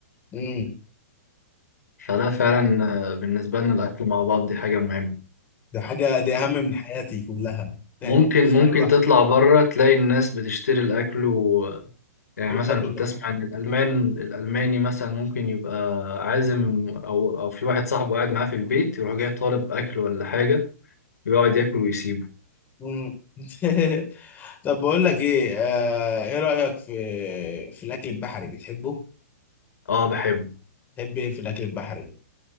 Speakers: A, on the left (about 20°); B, on the left (about 85°).
A: امم
B: فلا فعلا آه، بالنسبة لنا الأكل مع بعض دي حاجة مهمة
A: ده حاجة دي أهم من حياتي كلها يعني
B: ممكن
A: مش
B: ممكن
A: هاكل لوحدي
B: تطلع بره تلاقي الناس بتشتري الأكل و... يعني
A: وتاكل
B: مثلا كنت
A: لوحدك
B: أسمع إن الألمان الألماني مثلا ممكن يبقى عازم أو أو في واحد صاحبه قاعد معاه في البيت يروح جاي طالب أكل ولا حاجة ويقعد ياكل ويسيبه
A: مم. <laughs> طب بقول لك إيه آه إيه رأيك في في الأكل البحري بتحبه؟
B: اه بحب
A: تحب إيه في الأكل البحري؟